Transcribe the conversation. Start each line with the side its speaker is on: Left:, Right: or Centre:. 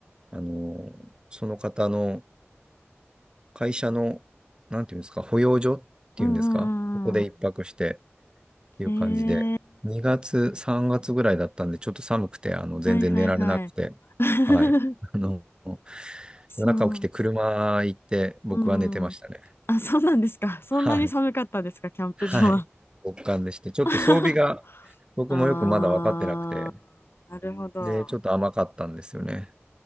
Right: あのーその方の会社の、なんていうんですか、保養所っていうんですか、
Left: うんうんうん
Right: ここで一泊して、っていう感じで、
Left: うん。えー、
Right: 2月、3月ぐらいだったんで、ちょっと寒くて、あの、全然寝られなくて、
Left: はいはいはい。<laughs>
Right: はい。あの、
Left: そう。
Right: 夜中起きて車行って、僕は寝てましたね。
Left: うん。あ、そうなんですか。そんなに寒かったですか、
Right: はい。
Left: キャンプ場は。
Right: はい。極寒でして、ちょっと装備が、
Left: <laughs>
Right: 僕もよくまだ分かってなくて、
Left: あー、なるほど。
Right: で、ちょっと甘かったんですよね。